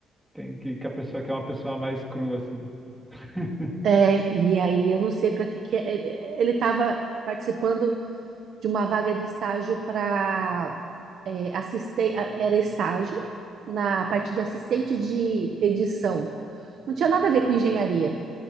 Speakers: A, in the centre; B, on the right (about 65°).
A: Tem que, que a pessoa quer uma pessoa mais crua, assim. <laughs>
B: É, e aí eu não sei para que que é. é, ele estava participando de uma vaga de estágio para assistir, era estágio na parte de assistente de edição. Não tinha nada a ver com engenharia.